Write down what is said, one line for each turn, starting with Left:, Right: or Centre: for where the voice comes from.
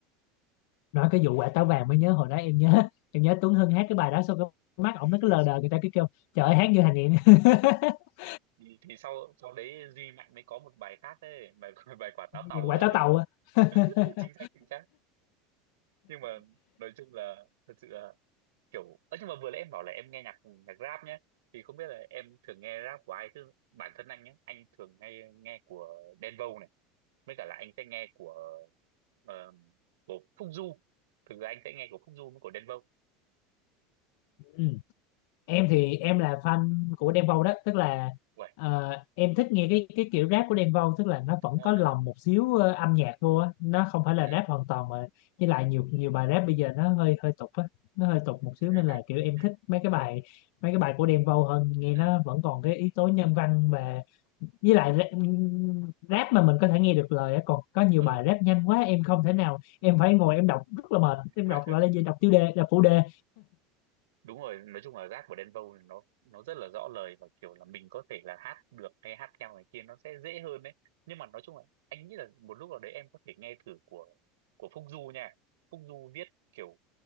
Left: nói cái vụ quả táo vàng mới nhớ hồi đó em nhớ em nhớ Tuấn Hưng hát cái bài đó xong cái mắt ổng nó
Right: Ừ,
Left: cứ lờ đờ người ta cứ kêu trời ơi hát như thằng nghiện <laughs>
Right: thì, thì sau sau đấy Duy Mạnh mới có một bài khác đấy bài <laughs> bài quả táo
Left: Cái
Right: tàu
Left: gì, quả
Right: đó
Left: táo tàu á <laughs>
Right: <laughs> chính xác chính xác nhưng mà nói chung là thật sự là kiểu Ơ nhưng mà vừa nãy em bảo là em nghe nhạc nhạc rap nhé thì không biết là em thường nghe rap của ai chứ bản thân anh nhé anh thường nghe nghe của Đen Vâu này mới cả là anh sẽ nghe của ờ, của Phúc Du thực ra anh sẽ nghe của Phúc Du với của Đen Vâu
Left: ừ. em thì em là fan của Đen Vâu đó tức là
Right: vậy
Left: ờ, em thích nghe cái cái kiểu rap của Đen Vâu tức là nó
Right: đúng
Left: vẫn
Right: rồi
Left: có lồng một xíu ờ, âm nhạc vô á nó không phải là
Right: ừ
Left: rap hoàn toàn mà với lại nhiều nhiều bài rap bây giờ nó hơi hơi tục á nó hơi tục
Right: <laughs>
Left: một xíu nên là kiểu em thích mấy cái bài mấy cái bài của Đen Vâu hơn nghe
Right: ừ
Left: nó vẫn còn cái yếu tố nhân văn và với lại ra- rap mà mình có thể nghe được lời á còn có nhiều
Right: ừ
Left: bài rap nhanh quá em không thể nào em phải ngồi em đọc rất là mệt em
Right: <laughs>
Left: đọc gọi là gì đọc tiêu đề đọc phụ đề
Right: đúng rồi nói chung là rap của Đen Vâu thì nó nó rất là rõ lời và kiểu là mình có thể là hát được hay hát theo này kia nó sẽ dễ hơn đấy nhưng mà nói chung là anh nghĩ là một lúc nào đấy em có thể nghe thử của của Phúc Du nha Phúc Du viết kiểu